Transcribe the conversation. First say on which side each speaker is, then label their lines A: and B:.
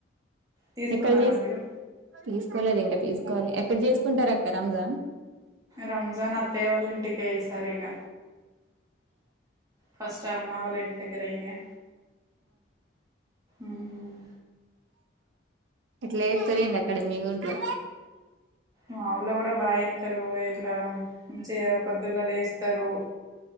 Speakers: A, on the right; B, on the right.
A: తీసుకున్నారా
B: ఎక్కడ చేసు
A: మీరు
B: తీసుకోలేదు ఇంకా తీసుకోవాలి ఎక్కడ చేసుకుంటారు అక్క రంజాన్
A: రంజాన్ అత్తయ్య వాళ్ళ ఇంటికే ఈసారి ఇంగ ఫస్ట్ అమ్మ వాళ్ళ ఇంటి దగ్గర అయిందిగా ఉమ్
B: ఎట్ల చేస్తరెంది అక్కడ మీ ఊళ్ళో
A: మా ఊళ్ళ కూడ బాగా చేస్తరు ఇట్ల మంచిగ పొద్దుళ లేస్తరు